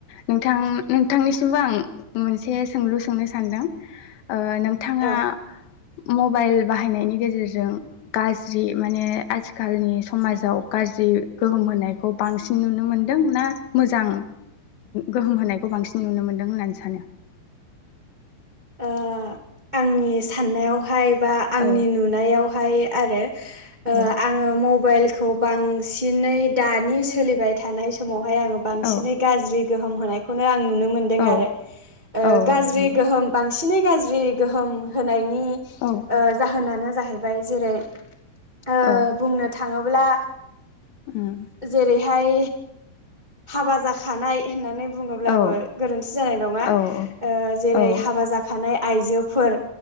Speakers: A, on the left (about 75°); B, on the right (about 25°).
A: नोंथां नोंथांनिसिमबो आं मोनसे सोंलु सोंनो सानदों ओ नोंथाङा
B: औ
A: मबाइल बाहायनायनि गेजेरजों गाज्रि माने आथििखालनि समाजाव गाज्रि गोहोम होनायखौ बांसिन नुनो मोन्दों ना मोजां गोहोम होनायखौ बांसिन नुनो मोन्दों होननानै सानो?
B: ओ आंनि साननायावहाय बा आंनि
A: औ
B: नुनायावहाय आरो नो
A: औ
B: आ आङो मबाइलखौ बांसिनै दानि सोलिबाय थानाय समावहाय आङो बांसिनै
A: औ
B: गाज्रि गोहोम होनायखौनो आं नुनो मोन्दों
A: औ
B: आरो ओ
A: औ
B: गाज्रि
A: नंगौ
B: गोहोम बांसिनै गाज्रि गोहोम होनायनि
A: औ
B: ओ जाहोनानो जाहैबाय जेरै ओ
A: औ
B: बुंनो थाङोब्ला
A: उम
B: जेरैहाय हाबा जाखानाय होननानै बुङो अब्लाबो
A: औ
B: गोरोन्थि जानाय नङा
A: औ
B: ओ जेरै
A: औ
B: हाबा जाखानाय आइजोफोर